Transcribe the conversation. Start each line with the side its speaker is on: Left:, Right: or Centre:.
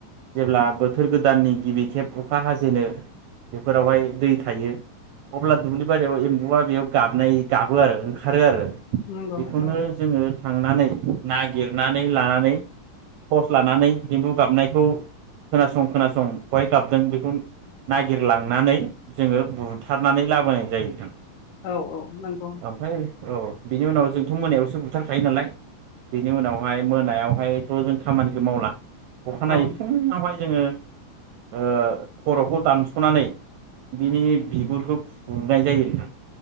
Right: जेब्ला बोथोर गोदाननि गिबि खेब अखा हाजेनो बेफोरावहाय दै थायो अब्ला दुब्लि बारियाव एम्बुआ बेयाव गाबनाय गाबो आरो ओंखारो आरो
Left: नंगौ
Right: बेखौनो
Left: औ
Right: जोङो थांनानै नागिर नानै लानानै थर्स लानानै एम्बु गाबनायखौ खोनासं खोनासं बेहाय गाबदों बेखौ नागि गिरलांनानै जोङो बुथारनानै लाबोनाय जायो नोंथां।
Left: औ औ नंगौ
Right: ओमफ्राय औ बिनि उनाव जोंथ' मोनायावसो बुथारखायो नालाय बिनि उनावहाय मोनायावहायथ' जों खामानिखौ मावला। अखानायै
Left: औ
Right: फुङावहाय जोङो ओ खर'खौ दानस' ख'नानै बिनि बिगुरखौ फुनाय जायो नोंथां।